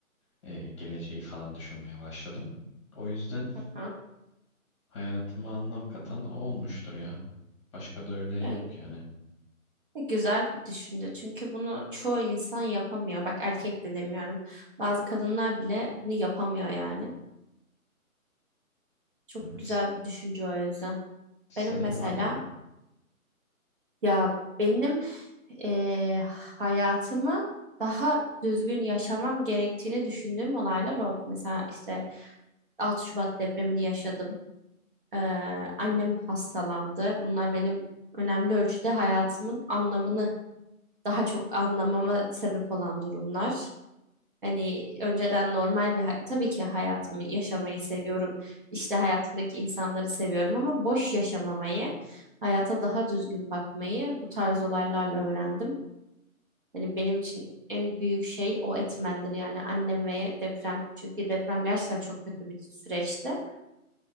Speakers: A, on the left (about 20°); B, on the right (about 35°).
A: e, geleceği falan düşünmeye başladım. O yüzden
B: Hı hı.
A: hayatıma anlam katan o olmuştur ya. Başka da öyle yok
B: Yani
A: yani.
B: güzel bir düşünce çünkü bunu çoğu insan yapamıyor. Bak erkek de demiyorum. Bazı kadınlar bile bunu yapamıyor yani. Çok
A: Hı.
B: güzel bir düşünce o yüzden.
A: Senin
B: Benim mesela
A: var mı?
B: Ya benim eee, hayatımı daha düzgün yaşamam gerektiğini düşündüğüm olaylar oldu. Mesela işte 6 Şubat depremini yaşadım. Eee, annem hastalandı. Bunlar benim önemli ölçüde hayatımın anlamını daha çok anlamama sebep olan durumlar. Hani önceden normal bir hay- tabii ki hayatımı yaşamayı seviyorum. İşte hayatımdaki insanları seviyorum ama boş yaşamamayı, hayata daha düzgün bakmayı bu tarz olaylarla öğrendim. Hani benim için en büyük şey o etmendir yani annem ve deprem. Çünkü deprem gerçekten çok kötü bir süreçti